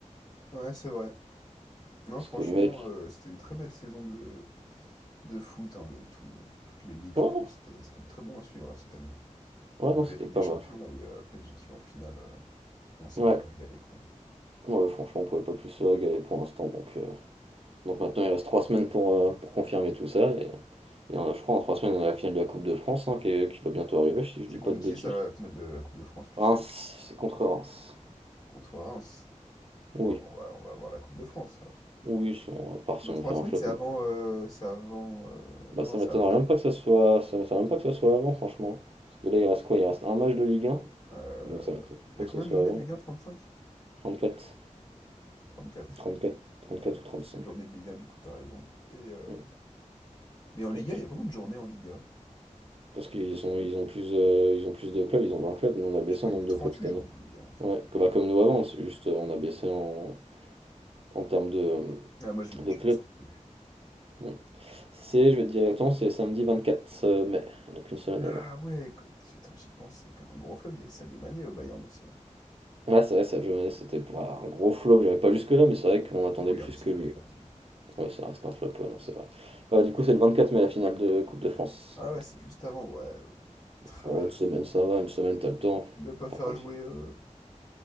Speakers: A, on the left; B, on the right.
A: Ouais, c'est vrai. Non,
B: Parce
A: franchement,
B: que le mec.
A: euh, c'était une très belle saison de, de foot, hein, de tout- toutes les ligues. Franchement,
B: Ouais, non,
A: c'était c'était très bon à suivre là cette année.
B: ouais,
A: Même
B: non, c'était
A: la Ligue
B: pas
A: des Champions,
B: mal.
A: là, où il y a le PSG qui va en finale, euh, on s'est
B: Ouais.
A: un peu régalé, quoi.
B: Ouais, franchement, on pouvait pas plus se régaler pour l'instant. Donc, euh, donc maintenant, il reste trois semaines pour, euh, pour confirmer tout ça. Et, et en- je crois en trois semaines, on a la finale de la Coupe de France hein, qui, est- qui va bientôt arriver, si je
A: C'est
B: dis pas
A: contre
B: de
A: qui,
B: bêtises.
A: ça, la finale de la Coupe de France, tu
B: Reims,
A: sais?
B: c'est contre Reims.
A: Contre Reims.
B: Oui,
A: Ouais, bon, voilà, on va avoir la Coupe de France, alors.
B: oui, si on, à part
A: Dans
B: si on
A: trois
B: fait
A: semaines,
B: un flottement.
A: c'est avant... euh, c'est avant... euh,
B: Bah,
A: Non,
B: ça
A: non, c'est
B: m'étonnerait
A: après.
B: même pas que ça soit, ça m'étonnerait même pas que ça soit avant, franchement. Parce que là, il reste quoi? Il reste un match de Ligue 1,
A: Euh,
B: donc ça m'étonnerait
A: Il
B: pas
A: y a
B: que
A: combien
B: ça soit
A: de journées
B: avant.
A: de Ligue 1? 35?
B: 34,
A: 34.
B: 34, 34
A: Ouais, ouais,
B: ou 35.
A: c'est une journée de Ligue 1, du coup, t'as raison. Et, euh,
B: Hmm,
A: Mais en Liga,
B: ouais, je
A: il y
B: sais
A: a combien
B: plus.
A: de journées en Liga?
B: Parce qu'ils ont, ils ont plus, euh, ils ont plus de clubs, ils ont 20 clubs, nous on a baissé
A: Je crois
B: en nombre
A: qu'il y a trente
B: de clubs
A: huit
B: cette
A: journées
B: année.
A: en Liga, hein, carrément.
B: Ouais, comme, bah, comme nous avant, c'est juste euh, on a baissé en, en termes de, euh,
A: Ah, moi, je me-
B: de
A: je
B: club.
A: m'en sors plus.
B: Ouais. C'est, je vais te dire attends, c'est samedi 24 mai, donc une semaine
A: Ah
B: avant.
A: ouais, qu- attends, j'y pense, c'est qu'un gros fleuve, il y avait Sadio Mané au Bayern aussi. hein.
B: Ouais, c'est vrai, cette journée, c'était pour un gros flop, j'avais pas jusque-là, mais c'est vrai qu'on attendait
A: Oui,
B: plus
A: un petit
B: que
A: flop,
B: lui.
A: on va dire.
B: Ouais, ça reste un flop, ouais, non, c'est vrai. Euh, du coup, c'est le 24 mai, la finale de Coupe de France.
A: Ah ouais, c'est juste avant, ouais. Tra.
B: Bon, une semaine, ça va, une semaine, t'as le temps.
A: Il va pas faire
B: T'as le temps de
A: jouer.
B: faire.
A: euh,